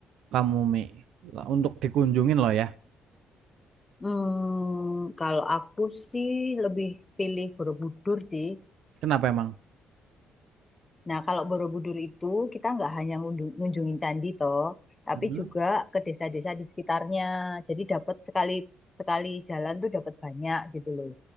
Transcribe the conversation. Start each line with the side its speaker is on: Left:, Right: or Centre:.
Right: kamu Mi? Lo- Untuk dikunjungin loh ya.
Left: Hmm, kalau aku sih lebih pilih Borobudur sih.
Right: Kenapa emang?
Left: Nah, kalau Borobudur itu kita nggak hanya ngundu- ngunjungin candi toh, tapi
Right: Mhm.
Left: juga ke desa-desa di sekitarnya. Jadi dapat sekali sekali jalan tuh dapat banyak gitu loh.